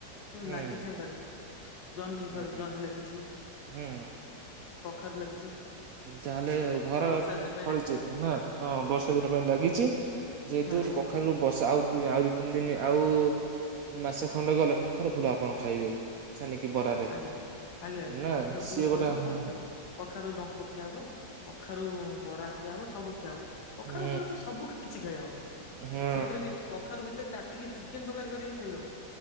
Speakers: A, on the left; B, on the right.
A: କିନ୍ତୁ
B: ହୁଁ
A: ଲାଗିଛି ଆମ ବାରିରେ ଜହ୍ନି
B: ହୁଁ
A: ସରି ଜହ୍ନି ଲାଗିଛି।
B: ହୁଁ
A: କଖାରୁ ଲାଗିଛି।
B: ତାହେଲେ ଆଉ ଘର
A: ବର୍ଷା ଦିନ ପାଇଁ
B: ଫଳିଚ
A: ଲାଗିଛି ସବୁ
B: ତ ନା ହଁ ବର୍ଷା ଦିନ ପାଇଁ ଲାଗିଛି। ଯେହେତୁ
A: ହଁ ସାର୍
B: କଖାରୁ ବର୍ଷା ଆଉ ଆଉ। ତିନି ଦିନ ଆଉ ମାସେ ଖଣ୍ଡେ ଗଲେ କଖାରୁ ଫୁଲ ଆପଣ ଖାଇବେ। ଛାନିକି ବରାରେ
A: ଆଜ୍ଞା ଆଜ୍ଞା ଆଜ୍ଞା
B: ନା
A: କଖାରେ ଫୁଲ
B: ସିଏ
A: ଖିଆ
B: ଗୋଟେ
A: ହବ
B: ହଁ
A: କ କଖାରୁ ଡଙ୍କ ଖିଆ ହବ କଖାରୁ ବରା ଖିଆ ହବ ସବୁ ଖିଆ ହବ। କଖାରୁ
B: ହୁଁ
A: ଉପରେ ତ ସବୁ କିଛି ଖାଇହବ
B: ହଁ
A: ସେଥିରେ ବି ଆଖାରୁ ଭିତରେ କାଟିକି ଚିକେନ ତରକାରୀ କରିକି ବି ଖାଇହବ।